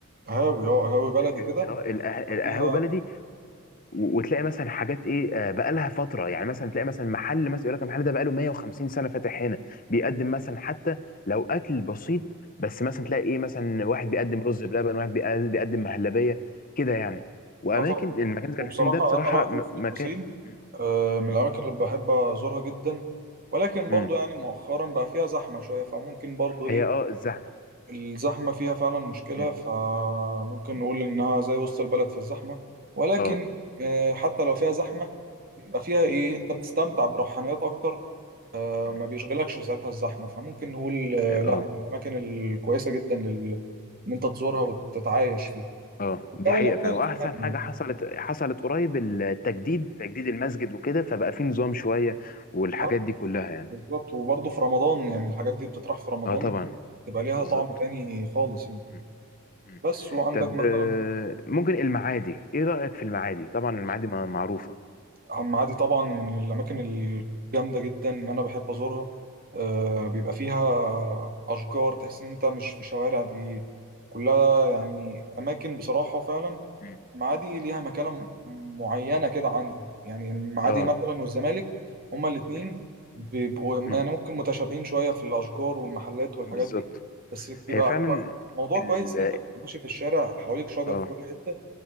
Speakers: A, on the right (about 45°); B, on the left (about 40°).
A: هاوي أه هاوي بلدي
B: القه-
A: كده
B: القهاوي
A: فيها
B: بلدي و- وتلاقي مثلا حاجات ايه آه، بقالها فتره يعني مثلا تلاقي مثلا محل مثلا يقول لك المحل ده بقاله 150 سنه فاتح هنا بيقدم مثلا حتى لو اكل بسيط بس مثلا تلاقي ايه مثلا واحد بيقدم رز بلبن واحد بيقدم بيقدم مهلبيه كده يعني واماكن
A: أه طبعا
B: المكان زي
A: وبصراحة
B: الحسين ده بصراحه
A: أنا رأيي
B: م-
A: في
B: مكان
A: الحسين آه، من
B: مم.
A: الأماكن اللي بحب أزورها جدا ولكن برضو
B: مم.
A: يعني مؤخرا بقى فيها زحمة شوية فممكن برضو
B: هي
A: إيه
B: اه الزحمه
A: الزحمة فيها فعلا مشكلة
B: مم.
A: فممكن
B: مم.
A: نقول إنها زي وسط البلد في الزحمة ولكن
B: اه
A: آه، حتى لو فيها زحمة بيبقى فيها إيه أنت بتستمتع بروحانيات أكتر آه،
B: مم.
A: ما بيشغلكش ساعتها الزحمة فممكن نقول آه،
B: اه
A: لا من الأماكن الكويسة جدا لل... إن أنت تزورها
B: مم.
A: وتتعايش فيها
B: اه
A: الجو
B: دي حقيقه
A: مختلف
B: فعلا واحسن
A: تماما
B: حاجه
A: يعني
B: حصلت حصلت قريب التجديد تجديد المسجد وكده فبقى فيه نظام شويه والحاجات
A: أه
B: دي كلها يعني
A: بالظبط وبرضه في رمضان يعني الحاجات دي بتطرح في رمضان
B: اه طبعا
A: تبقى ليها
B: بالظبط
A: طعم تاني خالص يعني
B: مم. مم.
A: بس وعندك
B: طب
A: مثلا
B: آه، ممكن المعادي ايه رايك في المعادي طبعا المعادي ما- معروفه
A: عم عادل طبعا من الأماكن الجامدة جدا إن أنا بحب أزورها آه
B: مم.
A: بيبقى فيها أشجار تحس إن أنت مش في شوارع دي كلها يعني أماكن بصراحة فعلا
B: مم.
A: المعادي ليها مكانة م- معينة كده عندي يعني المعادي
B: اه
A: مثلا والزمالك هما الاتنين
B: مم.
A: بيبقوا يعني
B: مم.
A: ممكن متشابهين شوية في الأشجار والمحلات والحاجات
B: بالظبط
A: دي بس بيبقى
B: هي فعلا
A: كو- موضوع
B: ال
A: كويس إن أنت بتبقى ماشي في الشارع حواليك شجر
B: اه
A: في كل حتة